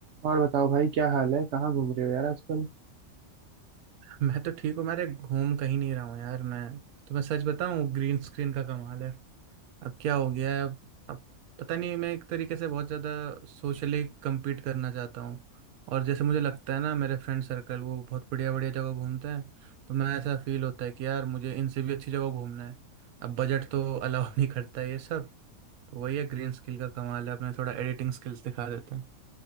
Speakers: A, on the right; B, on the right.
A: और बताओ भाई क्या हाल है कहाँ घूम रहे हो यार आजकल
B: मैं तो ठीक हूँ मेरे घूम कहीं नहीं रहा हूँ यार मैं तो मैं सच बताऊँ ग्रीन स्क्रीन का कमाल है अब क्या हो गया है अब अब पता नहीं मैं एक तरीके से बहुत ज़्यादा सोशली compete करना चाहता हूँ और जैसे मुझे लगता है ना मेरे फ्रेंड सर्कल वो बहुत बढ़िया बढ़िया जगह घूमते हैं तो मैं ऐसा फील होता है कि यार मुझे इनसे भी अच्छी जगह घूमना है अब बजट तो अलाउ नहीं करता है ये सब तो वही है ग्रीन स्किल का कमाल है अपने थोड़ा एडिटिंग स्किल्स दिखा देते हैं